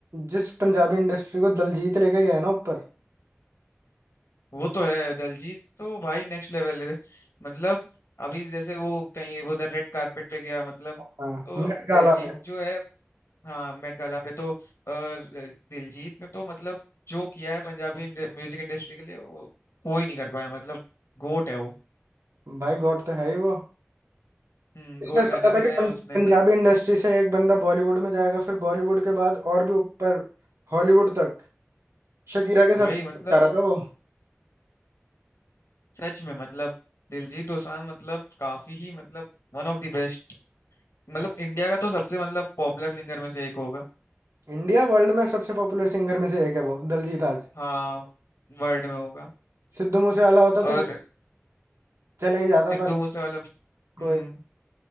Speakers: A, on the right (about 75°); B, on the left (about 70°).
A: जिस पंजाबी इंडस्ट्री को दलजीत लेके गया है ना ऊपर
B: वो तो है दलजीत तो भाई नेक्स्ट लेवल है मतलब अभी जैसे वो कहीं वो उधर रेड कारपेट पे गया मतलब
A: हाँ
B: तो
A: मेट गाला
B: दलजीत
A: पे
B: जो है हाँ मेट गाला पे तो अ, दिलजीत ने तो मतलब जो किया है पंजाबी इंड- म्यूजिक इंडस्ट्री के लिए वो कोई नहीं कर पाया मतलब गोट है वो
A: भाई गॉड तो है ही वो
B: हम्म
A: इसने
B: गोट
A: सोचा
B: गाना भी
A: था कि
B: गाया
A: पं,
B: उसने
A: पंजाबी इंडस्ट्री से एक बंदा बॉलीवुड में जाएगा फिर बॉलीवुड के बाद और भी ऊपर हॉलीवुड तक शकीरा के साथ
B: वही मतलब
A: जा रहा था वो
B: सच में मतलब दिलजीत दोसांझ मतलब काफी ही मतलब वन ऑफ द बेस्ट मतलब
A: हाँ।
B: इंडिया का तो सबसे मतलब पॉपुलर सिंगर में से एक होगा
A: इंडिया वर्ल्ड में सबसे पॉपुलर सिंगर में से एक है वो दलजीत आज
B: हाँ वर्ल्ड में होगा
A: सिद्धू मूसेवाला होता
B: और
A: तो वो चले ही जाता
B: सिद्धू
A: पर
B: मूसेवाला भी-
A: कोई
B: हम्म